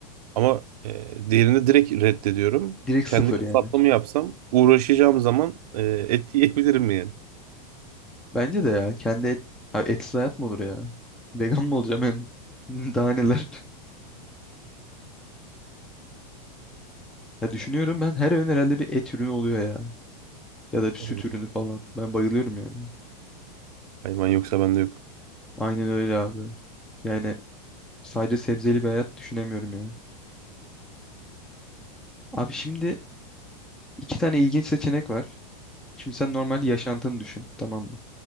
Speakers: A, on the right; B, in the centre.
A: Ama e, diğerini direkt reddediyorum.
B: Direkt
A: Kendi
B: sıfır
A: kasaplığımı
B: yani.
A: yapsam uğraşacağım zaman e, et yiyebilirim yani.
B: Bence de ya. Kendi et, Abi etsiz hayat mı olur ya? Vegan mı olacağım ben? <laughs> Daha neler? Ya düşünüyorum ben her öğün herhalde bir et ürünü oluyor ya. Ya da bir süt
A: <laughs>
B: ürünü falan. Ben bayılıyorum yani.
A: Hayvan yoksa bende yok.
B: Aynen öyle abi. Yani sadece sebzeli bir hayat düşünemiyorum ya. Abi şimdi iki tane ilginç seçenek var. Şimdi sen normal yaşantını düşün, tamam mı?